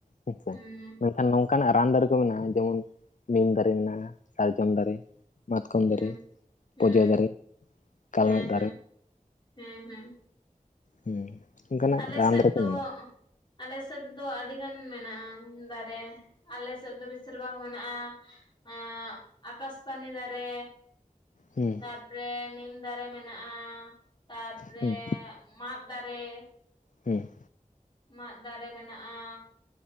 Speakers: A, on the left; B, on the left.
A: ᱦᱮᱸᱥᱮ
B: ᱦᱩᱸ
A: ᱢᱮᱱᱠᱷᱟᱱ ᱱᱚᱝᱠᱟ ᱚᱱᱠᱟᱱᱟᱜ ᱨᱟᱱ ᱫᱟᱨᱮ ᱠᱚ ᱢᱮᱱᱟᱜ-ᱟ ᱡᱮᱢᱚᱱ ᱱᱤᱢ ᱫᱟᱨᱮ ᱢᱮᱱᱟᱜ-ᱟ ᱥᱟᱨᱡᱚᱢ ᱫᱟᱨᱮ ᱢᱟᱛᱠᱚᱢ
B: ᱦᱩᱸ ᱦᱩᱸ
A: ᱫᱟᱨᱮ
B: ᱦᱩᱸ
A: ᱯᱚᱡᱟᱹ ᱫᱟᱨᱮ ᱠᱟᱞᱢᱮᱫ
B: ᱦᱮᱸ
A: ᱫᱟᱨᱮ
B: ᱦᱮᱸ ᱦᱮᱸ ᱦᱮᱸ
A: ᱦᱩᱸ ᱚᱱᱠᱟᱱᱟᱜ
B: ᱟᱞᱮ
A: ᱨᱟᱱ
B: ᱥᱮᱫ
A: ᱫᱚᱠᱚ
B: ᱫᱚ
A: ᱢᱮᱱᱟᱜᱼᱟ
B: ᱟᱞᱮ ᱥᱮᱫ ᱫᱚ ᱟᱹᱰᱤ ᱜᱟᱱ ᱢᱮᱱᱟᱜᱼᱟ ᱫᱟᱨᱮ ᱟᱞᱮ ᱥᱮᱫ ᱫᱚ ᱵᱮᱥᱤᱨ ᱵᱷᱟᱜᱽ ᱢᱮᱱᱟᱜᱼᱟ ᱟᱸ ᱟᱠᱟᱥᱵᱟᱱᱤ ᱫᱟᱨᱮ
A: ᱦᱩᱸ
B: ᱛᱟᱨᱯᱚᱨᱮ ᱱᱤᱢ ᱫᱟᱨᱮ ᱢᱮᱱᱟᱜᱼᱟ ᱛᱟᱨᱯᱚᱨᱮ
A: ᱦᱩᱸ
B: ᱢᱟᱫ ᱫᱟᱨᱮ
A: ᱦᱩᱸ
B: ᱢᱟᱫ ᱫᱟᱨᱮ ᱢᱮᱱᱟᱜ-ᱟ